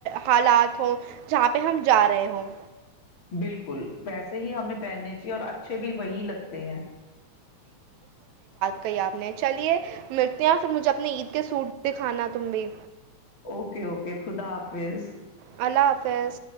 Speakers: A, on the right (about 75°); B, on the left (about 40°).
A: حالات ہوں جہاں پہ ہم جا رہے ہوں
B: بالکل پیسے ہی ہمیں پہننے اور اچھے بھی وہی لگتے ہیں
A: کئی آپ نے چلیے ملتے ہیں پھر مجھے اپنے عید کے سٹ دکھانا تم بھی
B: اوکے اوکے خدا حافظ
A: اللہ حافیظ